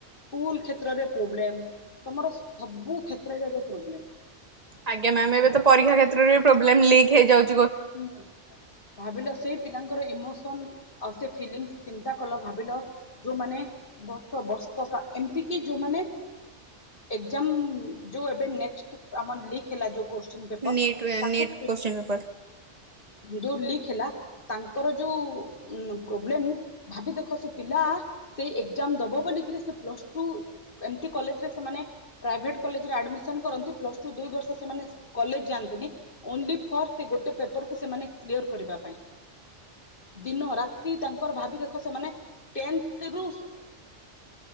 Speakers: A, on the left; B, on the right.
A: ସ୍କୁଲ କ୍ଷେତ୍ରରେ ପ୍ରୋବ୍ଲେମ ତମର ସବୁ କ୍ଷେତ୍ରରେ ପ୍ରୋବ୍ଲେମ
B: ଆଜ୍ଞା୍ମ୍ୟାମ ଏବେ ତ ପରୀକ୍ଷା କ୍ଷେତ୍ରରେପ୍ରୋବ୍ଲେମ ଲିକ ହେଇ ଯାଉଚି
A: ହୁଁ ଭାବିଲ ସେଇ ପିଲାଙ୍କର ଇମୋସନ ଆଉ ସେ ଫିଲ ଚିନ୍ତା କଲ ଭାବିଲ ଯୋଉମାନେ ବର୍ଷ ବର୍ଷ ଏମତି କି ଯୋଉମାନେ ଏଜାମ ଯୋଉ ଏବେ ଆମ ଲ ହେ ଯୋଉ କୋଶଚୀନ ନପେପର
B: ନିଟ୍
A: ତା
B: ନିଟ୍
A: ଖ
B: କୋଶ୍ଚିନ୍ ପେପର।
A: ଯୋଉ ଲିକ ହେଲା ତାଙ୍କର ଯୋଉ ପ୍ରୋବ୍ଲେ ଭାବି ଦେଖ ସେ ପିଲା ସେଇ ଏକ୍ଜାମ ଦବ ବ ସେ ପ୍ ଟୁ ଏମ କଲେରେ ସେମାନେ ପ୍ରାଇଭେଟ କଲେରେ ଆଡମିସନ କରନ୍ତି ପ୍ଲସ ଟୁ ଦୁଇ ବର୍ଷ ସେମାନେ କଲେଜ ଯାଆନ୍ତିନି ଓନ୍ଲି ଫର୍ ସେ ଗୋଟେ ମାନେ କ୍ କରିବା ପାଇଁ ଦିନ ରାତି ତାଙ୍କର ଭାବି ଦେଖ ସେମାନେ ଏବୋି